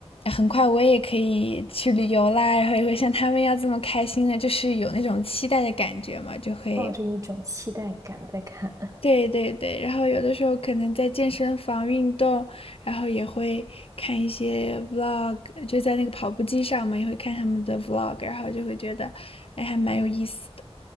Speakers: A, on the left (about 60°); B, on the right (about 30°).
A: 很快我也可以去旅游啦，然后也会像他们一样这么开心的，就是有那种期待的感觉嘛，就会，
B: 抱着一种期待感在看，
A: 对对对，然后有的时候可能在健身房运动，然后也会看一些 vlog，就在那个跑步机上嘛，也会看他们的 vlog，然后就会觉得，哎，还蛮有意思的。